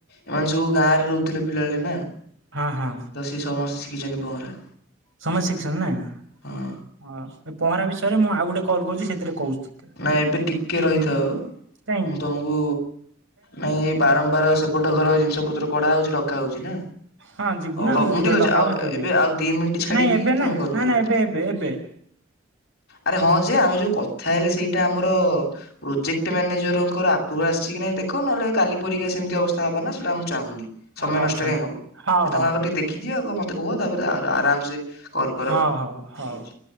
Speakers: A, on the left; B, on the right.
A: ଏମାନେ ସବୁ ଗାଁ ରେ ରହୁଥିଲେ ପିଲାଦିନେ।
B: ହଁ ହଁ।
A: ତ ସେ ସମସ୍ତେ ଶିକିଚନ୍ତି ପହଁରା।
B: ସମସ୍ତେ ଶିକିଚନ୍ତି ନାଁ
A: ହଁ।
B: ଅ ପହଁରା ବିଷୟରେ ମୁଁ ଆଉ ଗୋଟେ କଲ୍ କରୁଚି ସେଥିରେ କହୁଚି।
A: ନା ଏବେ ଟିକେ ରହିଥାଅ
B: କାଇଁ
A: ମୁଁ ତମକୁ ନାଇଁ ଏ ବାରମ୍ବାର ସେପଟୁ ଟ ଘର ଜିନିଷ ପତ୍ର କଢା ହଉଚି ଡକା ହଉଚି ନା।
B: ହଁ ଯିବୁ
A: ହଉ
B: ନା
A: ହଉ
B: ଆଉ
A: ମୁଁ
B: ଯେତେବେଳେ
A: ଠିକ୍ ଅଛି
B: ଡକା
A: ଆଉ
B: ହବ ସେତେବେଳେ
A: ଏବେ
B: ଯିବୁ
A: ଆଉ ଦି ମିଣ୍ଟି ଛାଡିକି
B: ନାଇଁ ଏବେ
A: ତମେ
B: ନା
A: କଲ୍
B: ନା
A: କର।
B: ନା ଏବେ ଏବେ ଏବେ
A: ଆରେ ହଁ ଯେ ଆମେ ଯଉ କଥା ହେଲେ ସେଇଟା ଆମର ପ୍ରୋଜେକ୍ଟ୍ ମ୍ୟାନେଜରଙ୍କର ଆପ୍ରୁଭାଲ୍ ଆସିଚି କି ନାଇଁ ଦେଖ ନହେଲେ କାଲି ପରୀକ୍ଷା ସେମିତି ଅବସ୍ଥା ହବ ନା ସେଇଟା ମୁଁ ଚାହୁଁନି। ସମୟ
B: ହଉ
A: ନଷ୍ଟ
B: ଛାଡ
A: କାଇଁ ହବ
B: ହଉ
A: ସେ
B: ହଉ
A: ତାଙ୍କୁ ଆଗ ଟିକେ ଦେଖିଦିଅ ଆ- ମତେ କୁହ ତାପରେ ଆରାମ୍ ସେ କଲ୍ କର
B: ହଉ ହଉ ହଉ।
A: ଫ୍ରି ଅଛି।